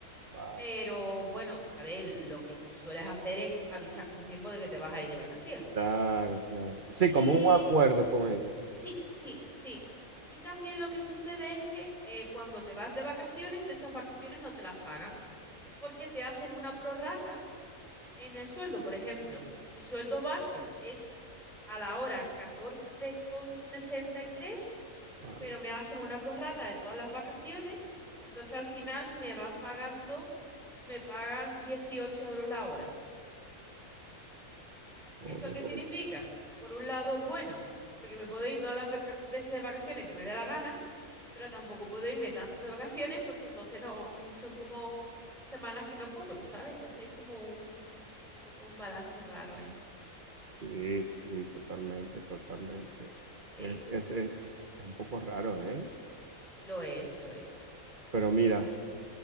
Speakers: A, on the right (about 35°); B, in the centre.
A: vale,
B: Pero bueno, a ver, lo que sueles hacer es avisas con tiempo de que te vas a ir de vacaciones,
A: claro,
B: ¿vale?
A: claro. Sí,
B: Y
A: como un acuerdo con ellos.
B: sí, sí, sí. Y también lo que sucede es que eh, cuando te vas de vacaciones, esas vacaciones no te las pagan porque te hacen una prorrata en el sueldo. Por ejemplo, mi sueldo base es a la hora 14,63,
A: Vale.
B: pero me hacen una prorrata de todas las vacaciones y entonces al final me van pagando, me pagan 18 euros la hora.
A: ok.
B: ¿Eso qué significa? Por un lado, es bueno, porque me puedo ir todas las vaca- veces de vacaciones que me dé la gana, pero tampoco puedo irme tanto de vacaciones porque entonces no mm, son como semanas que no cobro, ¿sabes? Entonces es como un poco un balance raro ahí.
A: Sí, sí, totalmente, totalmente.
B: Sí,
A: Es, es- es- es un poco raro, ¿eh?
B: lo es, lo es.
A: Pero mira,